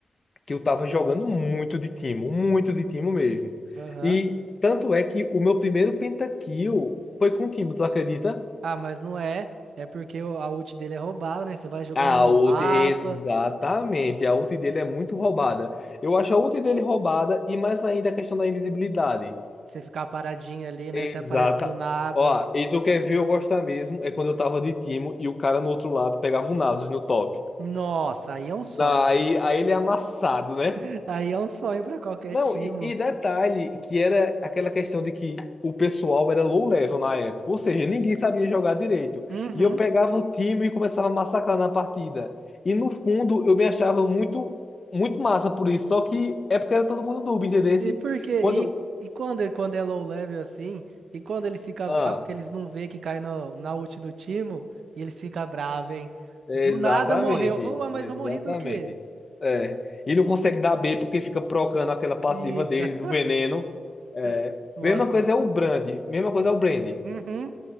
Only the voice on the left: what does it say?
que eu tava jogando muito de timo, muito de timo mesmo.
E tanto é que o meu primeiro pentakill foi com o timo, tu acredita?
A
ult,
exatamente. A ult dele é muito roubada. Eu acho a ult dele roubada e mais ainda a questão da invisibilidade.
Exata.
Ó, e tu quer ver eu gostar mesmo? É quando eu tava de Timo e o cara no outro lado pegava o Nasus no top.
Não, aí, aí ele é amassado, né?
Não,
e, e detalhe que era aquela questão de que o pessoal era low level na época, ou seja, ninguém sabia jogar direito.
E eu pegava o time e começava a massacrar na partida. E no fundo eu me achava muito, muito massa por isso, só que é porque era todo mundo noob, entendeu?
Quando,
ah.
Exatamente,
exatamente.
É. E não consegue dar B porque fica procando aquela passiva
dele do veneno. É.
Mesma coisa é o Brand, mesma coisa é o Brand.